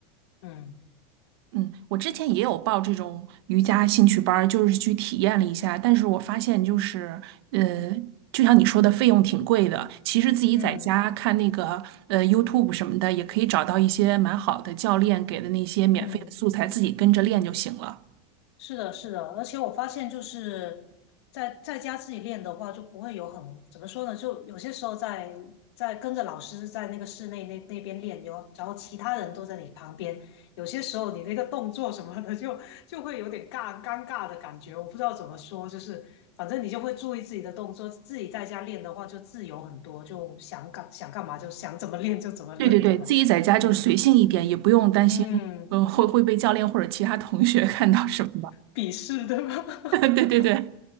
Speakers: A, on the left; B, on the right.
A: 嗯
B: 嗯，我之前也有报这种瑜伽兴趣班儿，就是去体验了一下，但是我发现就是，呃，就像你说的，费用挺贵的。其实自己在家看那个呃
A: 嗯
B: YouTube 什么的，也可以找到一些蛮好的教练给的那些免费的素材，
A: 嗯。
B: 自己跟着练就行了。
A: 是的，是的，而且我发现就是在在家自己练的话，就不会有很怎么说呢，就有些时候在在跟着老师在那个室内那那边练，哟，然后其他人都在你旁边，有些时候你那个动作什么的就就会有点尬尴尬的感觉，我不知道怎么说，就是反正你就会注意自己的动作，自己在家练的话就自由很多，就想干想干嘛就想怎么练就怎么练，
B: 对对对，
A: 对吧？
B: 自己在家就是随性一点，
A: 嗯
B: 也不用担心，
A: 嗯，
B: 呃，会会被教练或者其他同学 <laughs> 看到什么吧。
A: 鄙视对吧？<laughs>
B: <laughs> 对对对，